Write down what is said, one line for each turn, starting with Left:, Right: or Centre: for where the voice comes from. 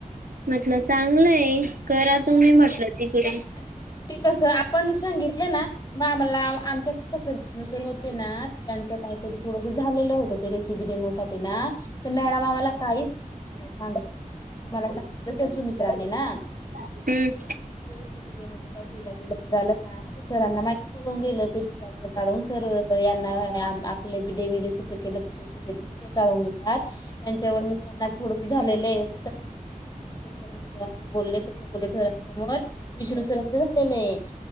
Right: म्हटलं चांगलंय, करा तुम्ही
Left: मग आमच्या
Right: म्हटलं तिकडे.
Left: ते कसं, आपण सांगितल ना, म आम्हाला आमच्या कसं सर होते ना, त्यांच काहीतरी थोडस झालेलं होतं, ते रेसिपी डेमोसाठी ना मॅडम आम्हाला काहीच सांग <unintelligible> नाही सांगत नाही, तुम्हाला सांगितल <unintelligible> सुमित्रानी ना
Right: हम्.
Left: ते रेसिपी <unintelligible> काय भिला बिलाच झालं ना, ते सरांना माहिती पडून गेलं, ते बि याच काढून, सर यांना आपले डेवी रेसिपी केल <unintelligible> तत्यांच्यावरण त्यांना थोड की झालेलं ये <unintelligible> तेव्हा अस बोलले, <unintelligible> समोर, विष्णू सरांचं अस झालेलंये.